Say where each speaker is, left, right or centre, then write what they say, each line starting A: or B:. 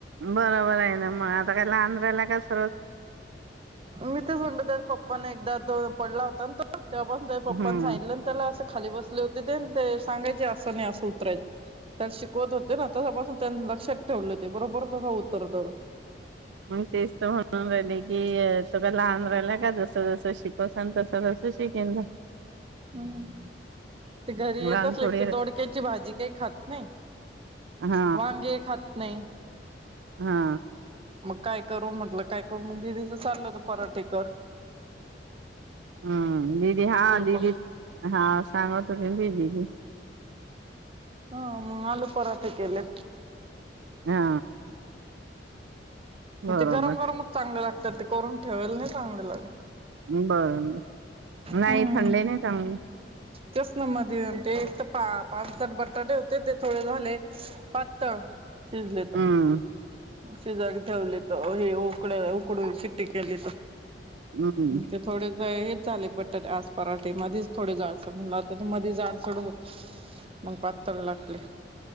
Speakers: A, on the right; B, on the right.
A: बरोबर आहे ना मग आता काय लहान राहायला कस
B: मी तेच म्हत तर पप्पा न एकदा दोन पडला होता तो तेव्हापास त्या पप्पा
A: हम्म.
B: सांगितलं त्याला असं खाली बसले होते ते ते सांगायचे असं नाही असं उतरायचं त्या शिकवत होते ना तसापासून त्यांनी लक्षात ठेवले होते बरोबर तसं उत्तरत
A: मग तेच तर म्हणून राहिली की तुग लहान राहिलं का जस जस शिकोसाल तस जस तस का
B: हम्म ते घरी येत
A: लहान
B: असले
A: थोडी
B: ते दोडक्याची भाजी काही खात नाही
A: हा
B: वांगे खात नाही
A: हा
B: मग काय करू म्हटलं काय करू मग दिदीचं चाललंत पराठीेकर
A: हम्म दीदी हा ददी
B: प
A: हा सांगत कमती दीदी
B: हम मग आलू पराठे केले
A: हा बरोबर
B: मग ते गरम गरमच चांगले लागतात ते करून ठेवाल नाही चांगले लागल
A: बरं नाही
B: हम्म
A: थंडे नाही चांग
B: तेच ना मध्ये ते तर पा पाचसट बटाटे होते ते थोडे झाले पातळ शिजले त
A: हम्म
B: शेजारी ठेवली त हे उकड उकडून शिट्टी केली त
A: हम्म
B: ते थोडे हेच झाले बटाट आज पराठे मध्येच थोडे झा अस म्हणलं होता मध्ये जाडसड होत मग पातर लागले